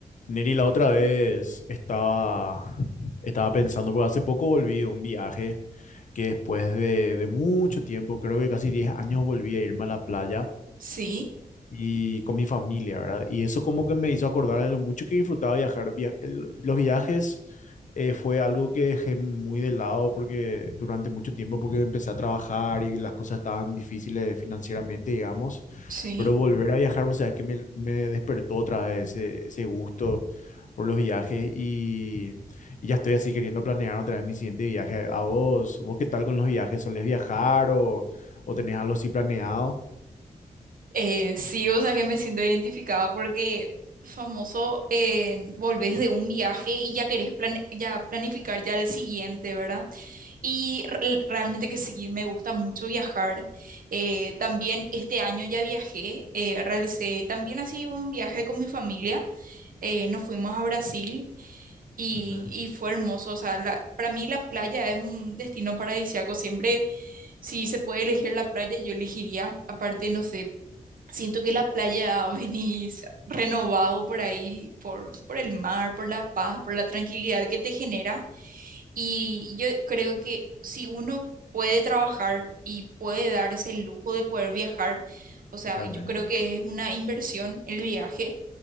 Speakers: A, on the left; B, on the right.
A: Neri, la otra vez estaba, estaba pensando, porque hace poco volví de un viaje que después de, de mucho tiempo, creo que casi 10 años volví a irme a la playa
B: Sí,
A: y con mi familia, ¿verdad? Y eso como que me hizo acordar de lo mucho que disfrutaba viajar. Via- el- los viajes eh, fue algo que dejé muy de lado porque durante mucho tiempo porque empecé a trabajar y las cosas estaban difíciles financieramente, digamos,
B: sí.
A: pero volver a viajar, o sea, es que me, me despertó otra vez ese, ese gusto por los viajes y, y ya estoy así queriendo planear otra vez mi siguiente viaje. ¿A vos? ¿Vos qué tal con los viajes? ¿Solés viajar o, o tenés algo así planeado?
B: Eh, sí, o sea que me siento identificada porque famoso, eh, volvés de un viaje y ya querés plan- ya planificar ya el siguiente, ¿verdad? Y re- realmente que sí, me gusta mucho viajar. Eh, también este año ya viajé, eh, realicé también así un viaje con mi familia. Eh, nos fuimos a Brasil y,
A: Ujú,
B: y fue hermoso. O sea, la- para mí la playa es un destino paradisíaco. Siempre Si se puede elegir la playa, yo elegiría, aparte, no sé, siento que la playa <laughs> venís renovado por ahí, por, por el mar, por la paz, por la tranquilidad que te genera. Y yo creo que si uno puede trabajar y puede darse el lujo de poder viajar, o sea,
A: totalmente.
B: yo creo que es una inversión el viaje,